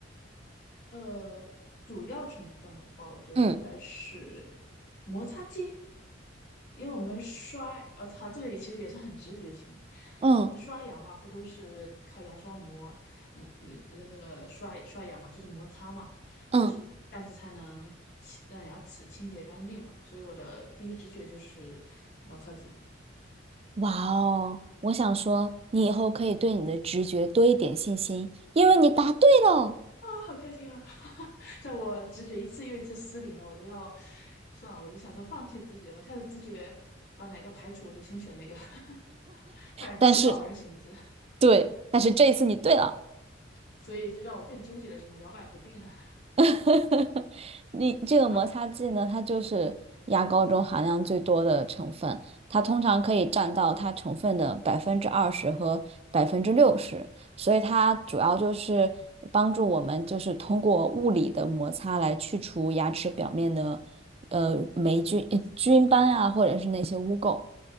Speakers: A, on the left; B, on the right.
A: 呃，主要成分的话，我觉得应该是摩擦剂，
B: 嗯
A: 因为我们刷，呃，它这个也其实也是很直觉性，
B: 嗯
A: 因为我们刷牙嘛，不都是靠牙刷磨磨那那个那个刷刷牙嘛，就是摩擦嘛，
B: 嗯，
A: 就是这样子才能清让牙齿清洁干净嘛，所以我的第一直觉就是摩擦剂。
B: 哇哦！我想说，你以后可以对你的直觉多一点信心，因为你答对了。
A: 好开心啊！<laughs> 在我直觉一次又一次失灵了，我都要算了，我都想说放弃直觉吧，下次直觉把哪个排除，我就先选哪个，<laughs> 反其道而行之，
B: 但是，对，但是这一次你对了。
A: 所以就让我更纠结了，什么摇摆不定了。<laughs>
B: <laughs> 你这个摩擦剂呢，
A: 好了，
B: 它就是牙膏中含量最多的成分，它通常可以占到它成分的百分之二十和百分之六十，所以它主要就是帮助我们就是通过物理的摩擦来去除牙齿表面的呃霉菌、呃菌斑啊，或者是那些污垢。